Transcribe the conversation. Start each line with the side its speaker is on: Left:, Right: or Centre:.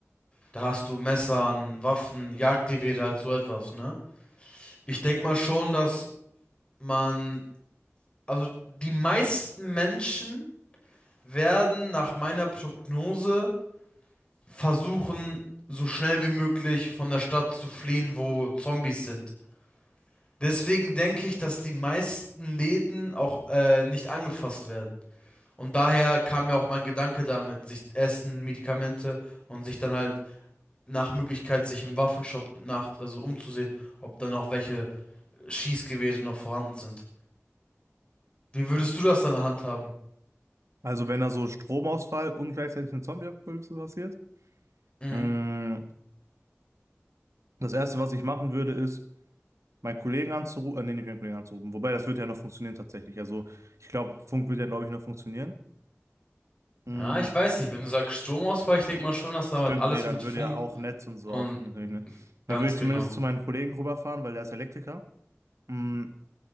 Left: Da hast du Messern, Waffen, Jagdgewehre, halt so etwas, ne? Ich denke mal schon, dass man, also die meisten Menschen werden nach meiner Prognose versuchen, so schnell wie möglich von der Stadt zu fliehen, wo Zombies sind. Deswegen denke ich, dass die meisten Läden auch äh, nicht angefasst werden. Und daher kam mir auch mein Gedanke damit, sich Essen, Medikamente und sich dann halt nach Möglichkeit sich im Waffenshop nach, also umzusehen, ob dann noch welche Schießgewehre noch vorhanden sind. Wie würdest du das dann handhaben?
Right: Also, wenn da so Stromausfall und gleichzeitig eine Zombie-Apokalypse passiert,
Left: Mhm.
Right: mh, das Erste, was ich machen würde, ist, meinen Kollegen anzurufen, äh, nee, nicht meinen Kollegen anzurufen. Wobei, das würde ja noch funktionieren tatsächlich. Also, ich glaube, Funk würde ja, glaube ich, noch funktionieren.
Left: Ja,
Right: Mm,
Left: ich weiß nicht. Wenn du sagst Stromausfall, ich denke mal schon, dass da
Right: stimmt,
Left: halt alles
Right: nee, dann
Left: mit
Right: würde
Left: Funk
Right: ja auch Netz und so
Left: und
Right: auch natürlich, ne?
Left: ganz
Right: Dann würde ich
Left: genau.
Right: zumindest zu meinen Kollegen rüberfahren, weil der ist Elektriker. Mm,